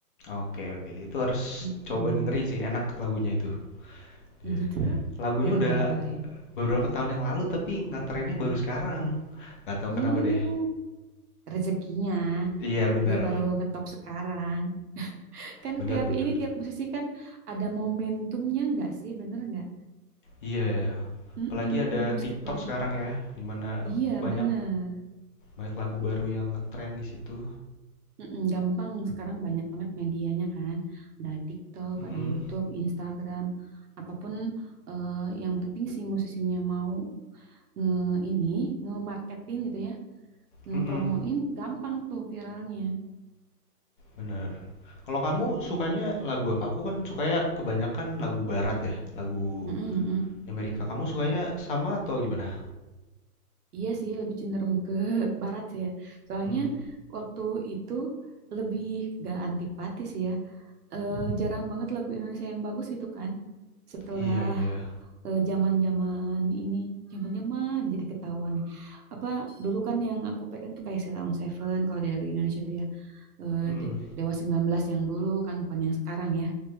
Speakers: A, on the left; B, on the right.
A: oke oke, itu harus
B: Mm-mm.
A: coba dengerin sih, enak lagunya itu. Iya.
B: Gitu.
A: Lagunya
B: Boleh,
A: udah
B: boleh, boleh.
A: beberapa tahun yang lalu, tapi ngetrennya baru sekarang, nggak tahu
B: Uh,
A: kenapa deh.
B: rezekinya.
A: Iya bener,
B: Dia baru ngetop sekarang. Kan
A: bener
B: tiap
A: bener.
B: ini, tiap musisi kan ada momentumnya nggak sih? Bener nggak?
A: Iya,
B: Mm-mm.
A: apalagi ada
B: Meskipun,
A: TikTok sekarang ya, dimana
B: iya
A: banyak
B: bener.
A: banyak lagu baru yang ngetren di situ.
B: Mm-mm, gampang sekarang banyak banget medianya kan ada TikTok ada
A: Mhm,
B: YouTube Instagram apapun eh, yang penting si musisinya mau nge ini nge-marketin gitu ya nge
A: mhm,
B: promoin gampang tuh viralnya
A: bener. Kalau kamu
B: Mm-mm.
A: sukanya lagu apa? Aku kan sukanya kebanyakan lagu barat ya, lagu
B: Mm-mm, mm-mm.
A: Amerika. Kamu sukanya sama atau gimana?
B: Iya sih lebih cenderung ke <laughs> barat sih ya soalnya
A: Mhm.
B: waktu itu lebih gak antipatis ya Eh, jarang banget lagu Indonesia yang bagus gitu kan setelah
A: Iya iya.
B: eh, zaman-zaman ini, zaman-zaman jadi ketahuan nih. Apa dulu kan yang aku pegang tuh kayak Sheila Seven kalau dari Indonesia tuh ya eh,
A: Mhm.
B: De- Dewa 19 yang dulu kan bukan yang sekarang ya.